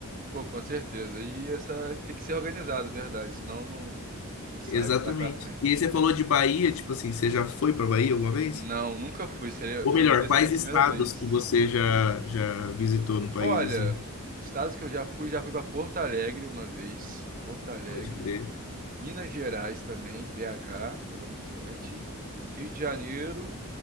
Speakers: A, on the right (about 40°); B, on the left (about 75°).
A: Pô, com certeza. E essa tem que ser organizado, verdade, senão não, não sai,
B: Exatamente.
A: não vai pra frente.
B: E aí você falou de Bahia, tipo assim, você já foi pra Bahia alguma vez?
A: Não, nunca fui. Seria,
B: Ou melhor,
A: ia
B: quais
A: ser a primeira
B: estados
A: vez.
B: que você já já visitou no país
A: Olha,
B: assim?
A: os estados que eu já fui, já fui para Porto Alegre uma vez. Porto Alegre.
B: Pode crer.
A: Minas Gerais também, BH, Belo Horizonte. Rio de Janeiro,